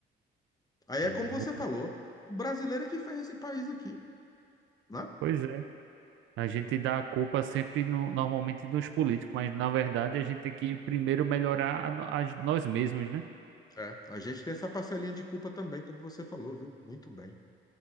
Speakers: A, on the left; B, on the right.
A: Aí é
B: É,
A: como você
B: o-
A: falou, o brasileiro é que fez esse país aqui, né?
B: pois é. A gente dá a culpa sempre no, normalmente nos políticos, mas na verdade a gente tem que primeiro melhorar a, no- a gen- nós mesmos, né?
A: É, a gente tem essa parcelinha de culpa também, como você falou, viu? Muito bem.